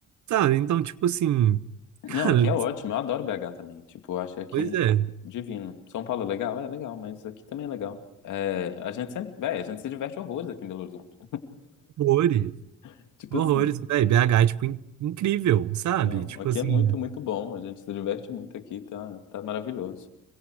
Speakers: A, on the right (about 70°); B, on the left (about 80°).
A: sabe? Então, tipo assim, <laughs> cara,
B: Não, aqui é ótimo. Eu adoro BH também. Tipo, eu acho aqui
A: pois é,
B: divino. São Paulo é legal? É legal, mas aqui também é legal. É, a gente sempre, véi, a gente se diverte horrores aqui em Belo Horizonte.
A: horrores.
B: <laughs> Tipo
A: Horrores,
B: assim.
A: velho. BH é, tipo, in- incrível, sabe?
B: Não,
A: Tipo
B: aqui
A: assim,
B: é muito, muito bom. A gente se diverte muito aqui, tá, tá maravilhoso.